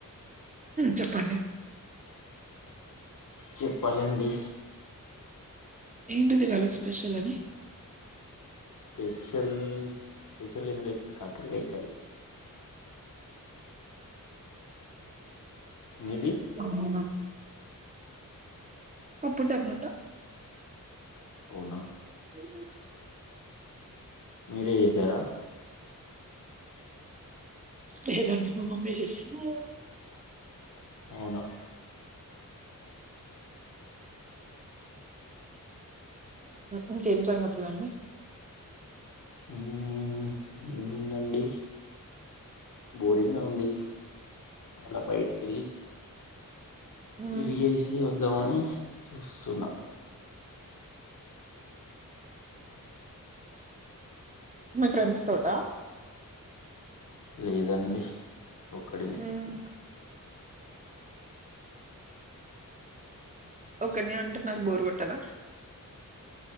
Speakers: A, on the right; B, on the left.
A: చెప్పండి
B: చెప్పాలండి
A: ఏంటిదివాల స్పెషల్ అని
B: స్పెషల్ స్పెషల్ ఏం లేద్ కాకరకాయ కరీ మీది
A: అవునా పప్పు టమాటా
B: అవునా
A: తె
B: మీరే చేసారా
A: లేదండి మా మమ్మీ చేస్ ఆ
B: అవునా
A: ఇంకేం జంగదులండి
B: ఉమ్ ఏముందండి బోరింగ్గా ఉంది అలా బయటికి వెళ్ళి
A: ఉమ్,
B: తిరిగేసి అ వద్దం అని చూస్తున్నా
A: మీ ఫ్రెండ్స్ తోట
B: లేదండి ఒక్కడినే
A: మ్మ్ ఒకడేనే అంటే మరి బోరు కొట్టదా